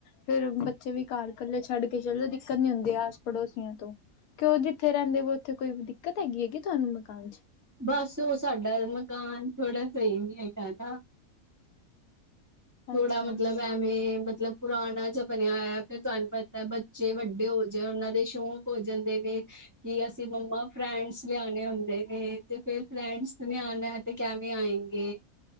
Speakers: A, on the left; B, on the right.
A: ਫਿਰ ਬੱਚੇ ਵੀ ਘਰ ਇਕੱਲੇ ਛੱਡ ਕੇ ਚਲੋ ਦਿੱਕਤ ਨੀ ਹੁੰਦੀ ਆਸ ਪੜੋਸੀਆਂ ਤੋਂ ਕਿ ਉਹ ਜਿੱਥੇ ਰਹਿੰਦੇ ਵ ਉੱਥੇ ਕੋਈ ਦਿੱਕਤ ਹੈਗੀ ਤੁਹਾਨੂੰ ਮਕਾਨ ਚ
B: ਬਸ ਉਹ ਸਾਡਾ ਮਕਾਨ ਥੋੜਾ ਸਹੀ ਨੀ ਹੈਗਾ ਨਾ ਥੋੜਾ
A: ਅੱਛਾ।
B: ਮਤਲਬ ਐਵੇਂ ਮਤਲਬ ਪੁਰਾਣਾ ਜ ਬਣਿਆ ਹੋਇਆ ਫਿਰ ਤੁਹਾਨੂੰ ਪਤਾ ਹੈ ਬੱਚੇ ਵੱਡੇ ਹੋ ਜਾਏ ਉਹਨਾਂ ਦੇ ਸ਼ੌਂਕ ਹੋ ਜਾਂਦੇ ਨੇ ਕੀ ਅਸੀਂ ਮੰਮਾ ਫਰੈਂਡਸ ਲਿਆਉਣੇ ਹੁੰਦੇ ਨੇ ਤੇ ਫਿਰ ਫਰੈਂਡਸ ਨ ਆਉਣਾ ਹੈ ਤੇ ਕਿਵੇਂ ਆਏਗੇ